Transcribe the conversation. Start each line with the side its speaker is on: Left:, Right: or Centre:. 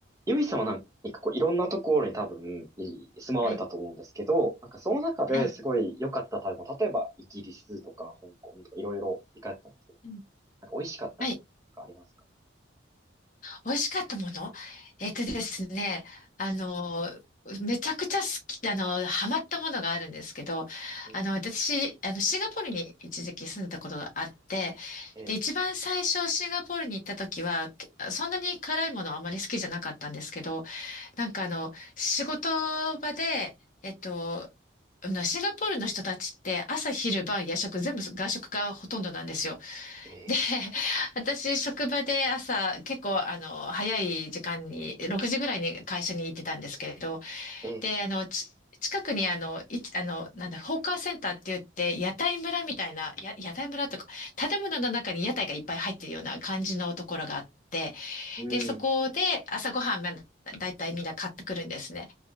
Right: ゆいさんはなんかこういろんなところに多分い住まわれたと思うんですけど、
Left: はい、
Right: なんかその中ですごい良かった食べ物、
Left: はい、
Right: 例えばイギリスとか香港とかいろいろ行かれてたんですけど、
Left: うん、
Right: なんか美味しかったものとかありますか
Left: はい。美味しかったものえっとですね、あの、めちゃくちゃ好き、あの、ハマったものがあるんですけど、
Right: え
Left: あの、私、あの、シンガポールに一時期住んだことがあって、
Right: え、ええ、
Left: で、一番最初シンガポールに行った時は、けそんなに辛いものはあまり好きじゃなかったんですけど、なんかあの、仕事場で、えっと、あのシンガポールの人たちって朝昼晩夜食全部外食がほとんどなんですよ。
Right: え
Left: で、<laughs> 私、職場で朝、結構、あの、早い時間に、6時ぐらいに会社に行ってたんですけれど、
Right: え、ええ、
Left: で、あの、ち近くに、あの、い、あの、なんだ、ホーカーセンターって言って、屋台村みたいな、や、屋台村とか、建物の中に屋台がいっぱい入ってるような感じのところがあって、
Right: うん、
Left: で、そこで朝ごはん、まあだいたいみんな買ってくるんですね。